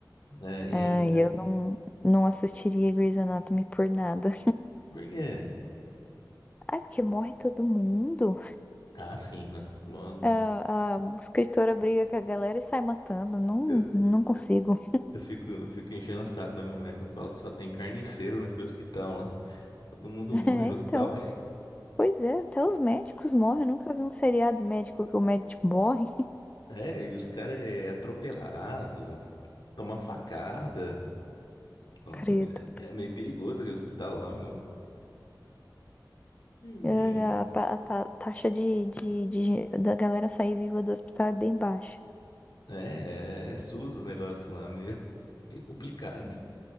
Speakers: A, on the left; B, on the left.
A: É, e...
B: Ah, e eu não, não assistiria Grey's Anatomy por nada.
A: Porque...
B: Ai, porque morre todo mundo.
A: Ah, sim, nossa, mano,
B: Ah, a escritora briga com a galera e sai matando. Não,
A: eu,
B: não consigo.
A: eu fico, eu fico enchendo o saco da minha mulher que eu falo que só tem carniceiro naquele hospital lá. Todo mundo
B: <laughs>
A: morre
B: É,
A: no
B: então.
A: hospital.
B: Pois é, até os médicos morrem. Eu nunca vi um seriado médico que o médico morre.
A: É, e os caras é atropelado, toma facada. Nossa,
B: Credo.
A: é é meio perigoso aquele hospital lá, meu. Hum.
B: É, A, pa- a ta- taxa de, de, de gen- da galera sair viva do hospital é bem baixa.
A: É, é, SUS o negócio lá, meio, <laughs> meio complicado.